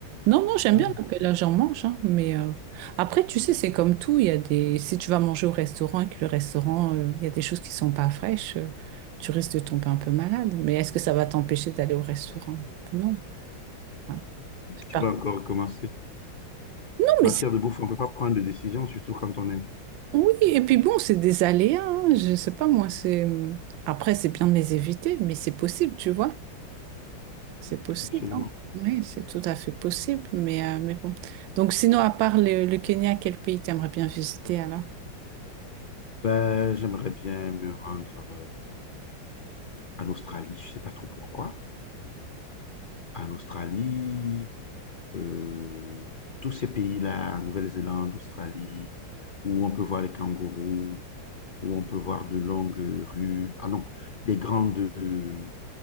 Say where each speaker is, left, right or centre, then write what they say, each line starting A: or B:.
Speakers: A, on the right (about 75°); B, on the left (about 70°).
A: Non, non, j'aime
B: Ah.
A: bien
B: <laughs>
A: mais là j'en mange, hein, mais euh, après, tu sais, c'est comme tout, il y a des... Si tu vas manger au restaurant et que le restaurant, euh, il y a des choses qui sont pas fraîches, euh, tu risques de tomber un peu malade. Mais est-ce que ça va t'empêcher d'aller au restaurant? Non. Voilà, c'est
B: Tu
A: pas-
B: vas encore recommencer.
A: Non, mais
B: Matière
A: c'est-
B: de bouffe, on ne peut pas prendre de décision, surtout quand on aime.
A: oui, et puis bon, c'est des aléas, hein, je sais pas, moi, c'est... hum, Après, c'est bien de les éviter, mais c'est possible, tu vois. C'est possible,
B: Absolument.
A: hein. Oui, c'est tout à fait possible, mais, euh, mais bon. Donc, sinon, à part le, le Kenya, quel pays t'aimerais bien visiter alors?
B: Ben, j'aimerais bien me rendre euh, en Australie. Je ne sais pas trop pourquoi. En Australie, euh, tous ces pays-là, Nouvelle-Zélande, Australie, où on peut voir les kangourous, où on peut voir de longues euh, rues, ah non, des grandes, euh,